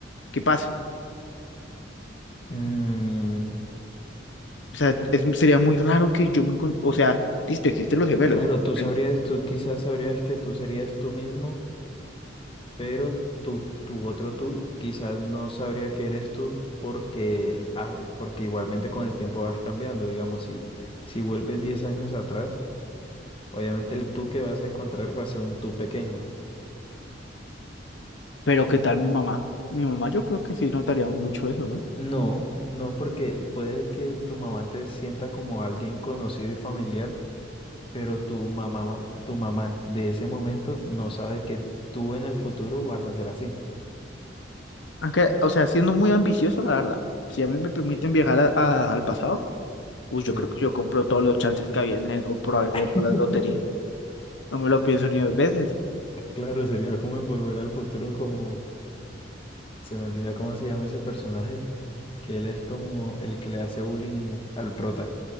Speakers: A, on the left; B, on the left.
A: ¿qué pasa?
B: Mm,
A: O sea, es- sería muy raro que yo me encon- o sea, listo, existen los gemelos,
B: claro, tú
A: pero
B: sabrías, tú quizás sabrías que tú serías tú mismo pero tu, tu otro tú quizás no sabría que eres tú porque, ah, porque igualmente con el tiempo vas cambiando. Digamos, si, si vuelves 10 años atrás, obviamente el tú que vas a encontrar va a ser un tú pequeño.
A: pero ¿qué tal mi mamá? Mi mamá yo creo que sí notaría mucho eso, ¿no?
B: No, no, porque puede que tu mamá te sienta como alguien conocido y familiar, pero tu mamá, tu mamá de ese momento no sabe que tú en el futuro vas a ser así.
A: Aunque, o sea, siendo muy ambicioso, la verdad, si a mí me permiten viajar a- a- al pasado, uy,
B: Sí,
A: yo creo que yo compro todos los chances que había en eso por haber de
B: <laughs>
A: todas las loterías. No me lo pienso ni dos veces.
B: claro, sería como envolver al futuro como Se me olvida cómo se llama ese personaje, que él es como el que le hace bullying al prota.